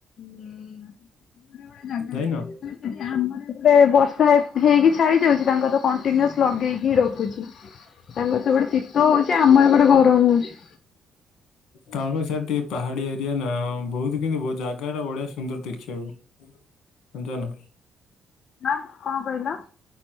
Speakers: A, on the left; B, on the left.
A: ହୁଁ। ନା
B: ଯାଇନ?
A: ଆମର ଏପଟେ ବର୍ଷା ହେଇକି ଛାଡି ଯାଉଛି ତାଙ୍କର କଣ୍ଟିନ୍ୟୁଅସ୍ ଲଗେଇକି ରଖୁଛି ତାଙ୍କର ସେପଟେ ଶୀତ ହେଉଚି ଆମ ଏପଟେ ଗରମ ହେଉଚି।
B: ତାଙ୍କ ର ସିଆଡେ ଟିକେ ପାହାଡି ଏରିଆ ନା ବହୁତ କିନ୍ତୁ ଜାଗାଟା ବଢିଆ ଶୁ ସୁନ୍ଦର ଦେଖିଆକୁ ଜାଣିଚ ନା।
A: ଆଁ କଣ କହିଲ?